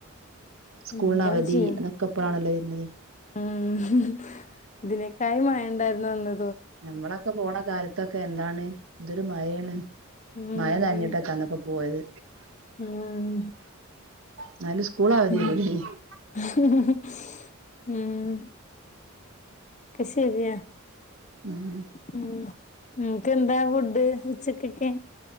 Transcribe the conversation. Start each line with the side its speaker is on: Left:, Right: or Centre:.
Right: സ്കൂളിന്
Left: എന്താ
Right: അവധി
Left: ചെയ്യ
Right: അതൊക്കെ എപ്പഴാണല്ലോ വരുന്നത്
Left: ഉം ഇതിനേക്കായി മയേണ്ടായിരുന്നു അന്ന്
Right: നമ്മളൊക്കെ പോണ കാലത്തൊക്കെ എന്താണ് എന്തൊരു മഴയാണ്
Left: ഉം
Right: മഴ നനഞ്ഞിട്ടൊ അന്നൊക്കെ പോയത്.
Left: ഉം
Right: ന്നാലും സ്കൂൾ അവധി
Left: ഉം
Right: <unintelligible>
Left: ഉം ക്കെ ശെരിയ
Right: <inaudible>
Left: മ് <unintelligible> എന്താ ഫുഡ് കഴിച്ചെ ഉച്ചക്കക്കെ.